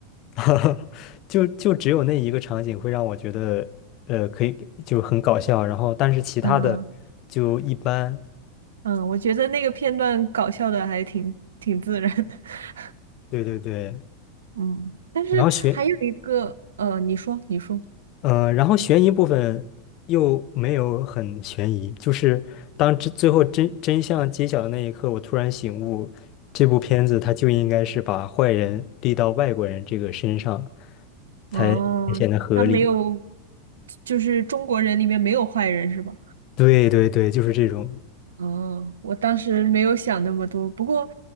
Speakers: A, on the left; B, on the right.
A: 哈哈，就就只有那一个场景会让我觉得，呃，可以就很搞笑，然后但是其他的就一般，
B: 嗯嗯，我觉得那个片段搞笑的还挺挺自然的。<laughs>
A: 对对对，
B: 嗯，但是还有一个，
A: 然后悬，
B: 呃，你说你说，
A: 呃，然后悬疑部分又没有很悬疑，就是当真最后真真相揭晓的那一刻，我突然醒悟，这部片子它就应该是把坏人立到外国人这个身上，
B: 哦，
A: 才显得合理。
B: 他没有，就是中国人里面没有坏人是吧？
A: 对对对，就是这种。
B: 哦，我当时没有想那么多，不过